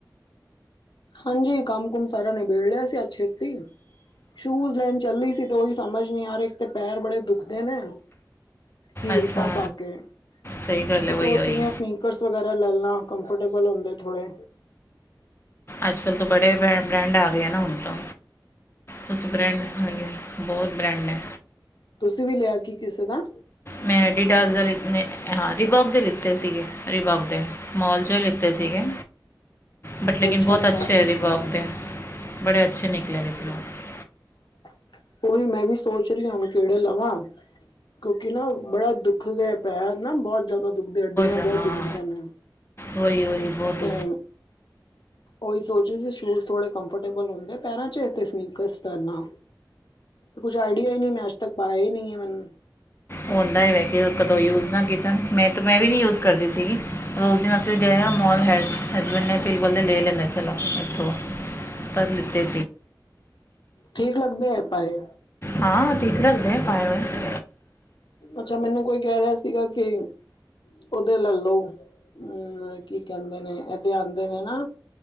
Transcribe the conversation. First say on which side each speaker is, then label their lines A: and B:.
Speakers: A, on the left; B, on the left.
A: ਹਾਂਜੀ ਕੰਮ ਕੁਮ ਸਾਰਾ ਨਿਬੇੜ ਲਿਆ ਸੀ ਅੱਜ ਛੇਤੀ। ਸ਼ੂਜ ਲੈਣ ਚੱਲੀ ਸੀ ਤੇ ਉਹੀ ਸਮਝ ਨੀ ਆ ਰਈ ਇੱਕ ਤੇ ਪੈਰ ਬੜੇ ਦੁਖਦੇ ਨੇ। ਹੀਲ
B: ਅੱਛਾ
A: ਪਾ ਪਾ ਕੇ
B: ਸਹੀ ਗੱਲ
A: ਤੇ
B: ਹੈ
A: ਸੋਚ
B: ਵਹੀ ਵਹੀ
A: ਰਹੀ ਹਾਂ ਕੁੱਕਰਸ ਵਗੈਰਾ ਲੈਣਾ ਕੰਫਰਟੇਬਲ ਹੁੰਦੇ ਥੋੜੇ।
B: ਅੱਜ ਕੱਲ੍ਹ ਤਾਂ ਬੜੇ ਬ੍ਰੈਂਡ ਆ ਗਏ ਆ ਨਾ ਹੁਣ ਤੋਂ। ਕੁਛ ਬ੍ਰੈਂਡ ਹਾਂਜੀ ਬਹੁਤ ਬ੍ਰੈਂਡ ਹੈ।
A: ਤੁਸੀਂ ਵੀ ਲਿਆ ਕੀ ਕਿਸੇ ਦਾ।
B: ਮੈਂ ਐਡੀਡਾਸ ਦਾ ਲ ਨੇ ਹਾਂ ਰਿਬੋਕ ਦੇ ਲਿੱਤੇ ਸੀਗੇ ਰਿਬੋਕ ਦੇ। ਮੋਲ 'ਚ ਲਿੱਤੇ ਸੀਗੇ ਬਟ ਲੇਕਿਨ
A: ਅੱਛਾ
B: ਬਹੁਤ
A: ਅੱਛਾ
B: ਅੱਛੇ ਰਿਬੋਕ 'ਤੇ। ਬੜੇ ਅੱਛੇ ਨਿਕਲੇ।
A: <inaudible>
B: ਉਹ।
A: ਉਹੀ ਮੈਂ ਵੀ ਸੋਚ ਰਹੀ ਹਾਂ ਹੁਣ ਕਿਹੜੇ ਲਵਾਂ। ਕਿਉਂਕਿ ਨਾ ਬੜਾ ਦੁੱਖਦੇ ਪੈਰ ਨਾ ਬਹੁਤ ਜ਼ਿਆਦਾ ਦੁਖਦੇ ਅੱਡੀਆਂ
B: ਹਾਂ
A: ਬਹੁਤ ਦੁਖਦੀਆਂ ਨੇ।
B: ਹੋਹੀ ਹੋਹੀ ਬਹੁਤ।
A: ਤੇ ਉਹੀ ਸੋਚਦੇ ਸੀ ਸ਼ੂਜ ਥੋੜੇ ਕੰਫਰਟੇਬਲ ਹੁੰਦੇ ਪੈਰਾਂ ਚਚ ਤੇ ਸਨੀਕਰਸ ਪੈਣਾ। ਕੁੱਛ ਆਈਡਆ ਹੀ ਨਹੀਂ ਮੈਂ ਅੱਜ ਤੱਕ ਪਾਇਆ ਹੀ ਨਹੀਂ ਹੈ ਮੈਨੂੰ।
B: ਉਹ ਹੁੰਦਾ ਹੈ ਵੈ ਕਿ ਕਦੋਂ ਯੂਜ਼ ਨਾ ਕੀਤਾ ਮੈਂ ਤਾਂ ਮੈਂ ਵੀ ਨਹੀਂ ਯੂਜ ਕਰਦੀ ਸੀਗੀ। ਰੋਜ਼ ਅਸੀਂ ਗਏ ਆਂ ਮੋਲ ਹੈ ਹੈਸਬੈਂਡ ਨੇ ਕਈ ਬੰਦੇ ਲੇ ਲੇਂਦੈ ਚਲੋ ਐਥੋਂ। ਤਦ ਲਿੱਤੇ।
A: ਠੀਕ ਲੱਗਦੇ ਹੈ ਪਾਏ।
B: ਹਾਂ ਠੀਕ ਲਗਦੇ ਨੇ ਪਾਏ ਹੋਏ।
A: ਅੱਛਾ ਮੈਨੂੰ ਕੋਈ ਕਹਿ ਰਿਹਾ ਸੀਗਾ ਕੇ। ਉਹਦੇ ਲੈਲੋ ਹਮ ਕੀ ਕਹਿੰਦੇ ਨੇ ਇਹਦੇ ਆਂਦੇ ਨੇ ਨਾ